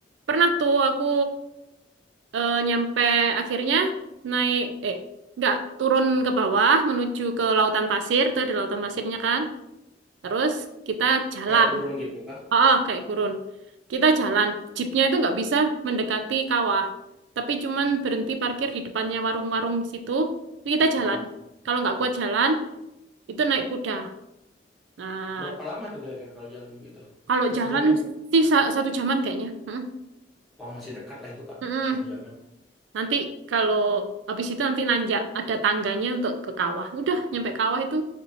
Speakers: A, on the right (about 80°); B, in the centre.
A: pernah tuh aku eh, nyampe akhirnya naik eh nggak turun ke bawah menuju ke lautan pasir, itu ada lautan pasirnya kan. Terus kita jalan
B: Kayak gurun gitu kah?
A: Ah, ah, kayak gurun. Kita jalan, jeepnya itu nggak bisa mendekati kawah, tapi cuman berhenti parkir di depannya warung-warung di situ. Terus kita
B: Heeh.
A: jalan. Kalau nggak kuat jalan, itu naik kuda. Nah,
B: Berapa lama tuh kira-kira kalau jalan begitu?
A: kalau jalan
B: Sejam ada.
A: sih sa- satu jaman kayaknya. Mm-mm.
B: Wah, masih dekat lah itu, Kak.
A: Mm-mm.
B: Satu jaman.
A: Nanti kalau habis itu nanti nanjak ada tangganya untuk ke kawah. Udah nyampe kawah itu